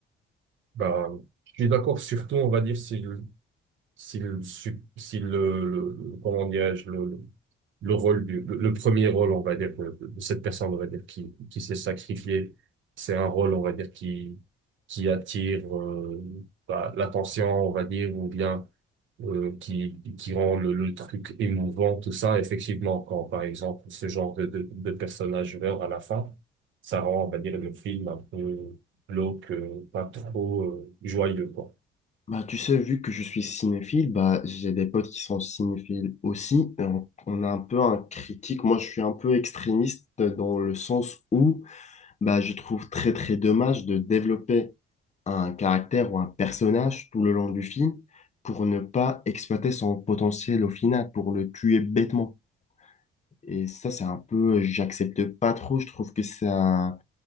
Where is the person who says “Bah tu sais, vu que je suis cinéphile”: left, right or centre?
Left